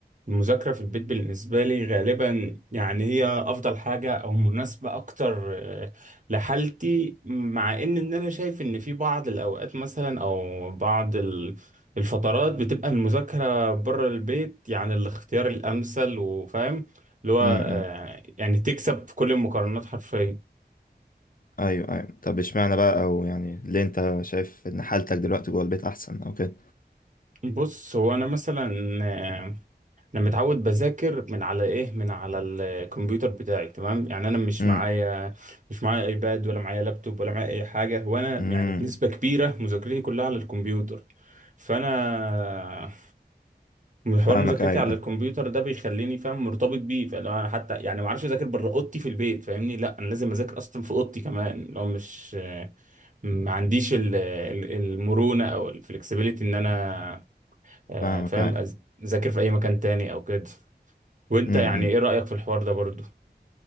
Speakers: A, on the right; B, on the left.
A: المذاكره في البيت بالنسبه لي غالبا يعني هي افضل حاجه او مناسبه اكتر آه، لحالتي مع ان ان انا شايف ان في بعض الاوقات مثلا او بعض ال- الفترات بتبقى المذاكره بره البيت يعني الاختيار الامثل وفاهم اللي هو
B: امم
A: آه، يعني تكسب في كل المقارنات حرفيا
B: أيوه أيوه طب اشمعنى بقى أو يعني ليه أنت شايف إن حالتك دلوقتي جوه البيت أحسن أو كده؟
A: بص هو انا مثلا آه، انا متعود بذاكر من على ايه من على الكمبيوتر بتاعي تمام يعني انا مش
B: امم
A: معايا مش معايا ايباد ولا معايا لابتوب ولا معايا اي حاجه وانا
B: امم
A: يعني بنسبه كبيره مذاكرتي كلها على الكمبيوتر فانا حوار
B: فاهمك
A: مذاكرتي
B: أيوه
A: على
B: أيوه.
A: الكمبيوتر ده بيخليني فاهم مرتبط بيه فلو انا حتى يعني ما اعرفش اذاكر بره اوضتي في البيت فاهمني لا انا لازم اذاكر اصلا في اوضتي كمان لو مش ما عنديش ال- ال- المرونه او الفلكسبيليتي ان انا آه،
B: فاهمك
A: فاهم أز- اذاكر في اي مكان تاني او كده وانت
B: أيوه
A: يعني ايه رأيك في الحوار ده برضو